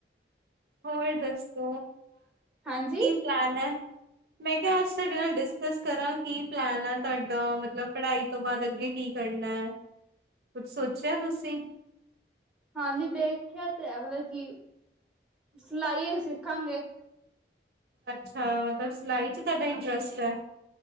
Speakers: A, on the right (about 55°); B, in the centre.
A: ਹੋਰ ਦਸੋ ਕੀ
B: ਹਾਂਜੀ
A: ਪਲੈਨ ਹੈ ਮੈਂ ਕਿਹਾ ਅਜ ਸਾਡੇ ਨਾਲ ਡਿਸਕਸ ਕਰਾ ਕੀ ਪਲੈਨ ਹੈ ਤੁਹਾਡਾ ਮਤਲਬ ਪੜ੍ਹਾਈ ਤੋਂ ਬਾਅਦ ਅੱਗੇ ਕੀ ਕਰਨਾ। ਕੁੱਛ ਸੋਚਿਆ ਤੁਸੀ।
B: ਹਾਂਜੀ ਦੇਖਿਆ ਤੇ ਹੈ ਮਤਲਬ ਕਿ ਸਿਲਾਈ ਉਹ ਹੀ ਸਿੱਖਾਂਗੇ।
A: ਅੱਛਾ ਮਤਲਬ ਸਿਲਾਈ ਚ ਤੁਹਾਡਾ ਇੰਟਰਸਟ ਹੈ।